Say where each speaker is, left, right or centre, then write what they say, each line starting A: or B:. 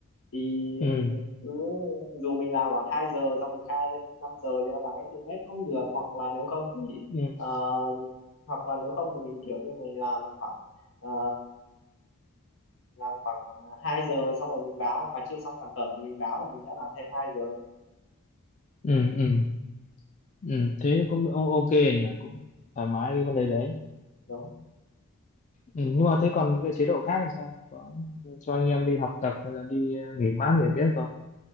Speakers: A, on the left; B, on the left.
A: thì
B: ừ.
A: mình cứ dù mình làm khoảng 2 giờ xong mình khai lên 5 giờ thì nó bằng estimate cũng được hoặc là nếu không thì
B: Ừ.
A: ờ, hoặc là nếu không thì mình kiểu như mình làm khoảng ờ, làm khoảng 2 giờ xong rồi mình báo mà chưa xong sản phẩm thì mình báo là mình đã làm thêm hai giờ
B: Ừ. Ừ. Ừ. thế thì cũng o- ok nhỉ cũng thoải mái cái vấn đề đấy
A: đúng
B: ừ. nhưng mà thế còn cái chế độ khác thì sao có cho anh em đi học tập hay là đi ờ, nghỉ mát nghỉ biết không